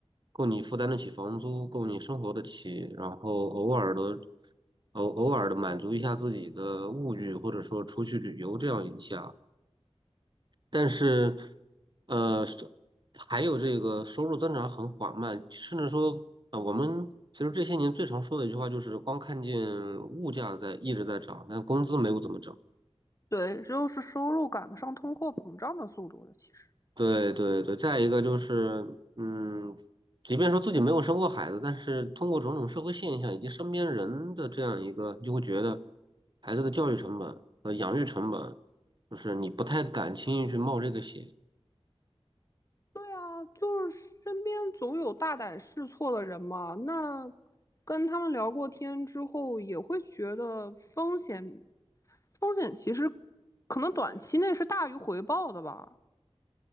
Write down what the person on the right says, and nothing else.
够你负担得起房租，够你生活得起，然后偶尔的、偶偶尔的满足一下自己的物欲，或者说出去旅游这样一下。但是，呃，收还有这个收入增长很缓慢，甚至说，啊，我们其实这些年最常说的一句话就是，光看见物价在一直在涨，但工资没有怎么涨。
对对对，再一个就是，嗯，即便说自己没有生过孩子，但是通过种种社会现象以及身边人的这样一个，你就会觉得孩子的教育成本和养育成本，就是你不太敢轻易去冒这个险。